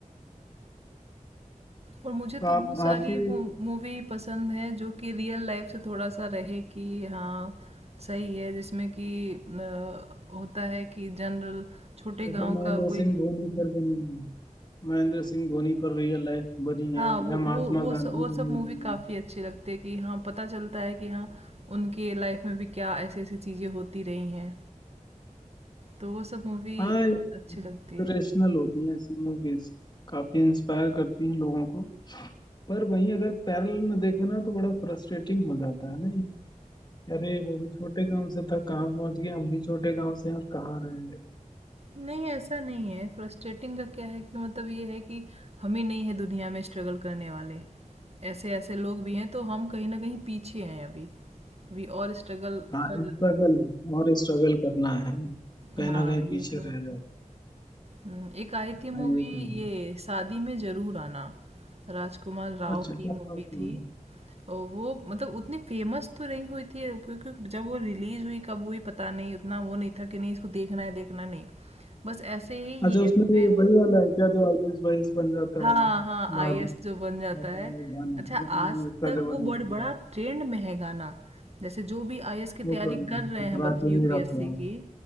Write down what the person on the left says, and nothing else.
तो
आप
आपकी
जैसे
महेंद्र
सिंह धोनी पर बनी है महेंद्र सिंह धोनी पर रियल लाइफ बनी है
या
महात्मा
गांधी
बनी
थी
हाँ इंस्पिरेशनल
होती हैं ऐसी मूवीज काफी इंस्पायर करती हैं लोगों को पर वहीं अगर पैरेलल में देखे ना तो बड़ा फ्रस्ट्रेटिंग हो जाता है नहीं अरे वो भी छोटे गांव से था कहाँ पहुंच गया हम भी छोटे गांव से हैं और कहाँ रह गए
हाँ
स्ट्रगल और स्ट्रगल करना है कहीं
ना कहीं पीछे
रह जाओ
हाँ ये तो है।
अच्छा क्या
बात है।
अच्छा
उसमें ये
वही वाला है क्या जो आईएएस वाईएएस बन जाता
है
बाद
में
होता
है गाना
गाना
भी उसका
जबरदस्त
है
वो तो है
ठुकरा
के
मेरा प्यार